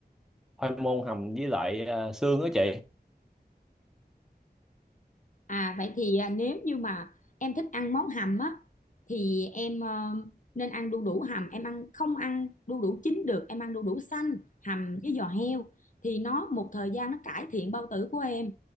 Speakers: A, in the centre; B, on the left.
A: khoai môn hầm với lại ờ, xương đó chị
B: À vậy thì à, nếu như mà em thích ăn món hầm á thì em ờ, nên ăn đu đủ hầm, em ăn không ăn đu đủ chín được, em ăn đu đủ xanh hầm với giò heo thì nó một thời gian nó cải thiện bao tử của em,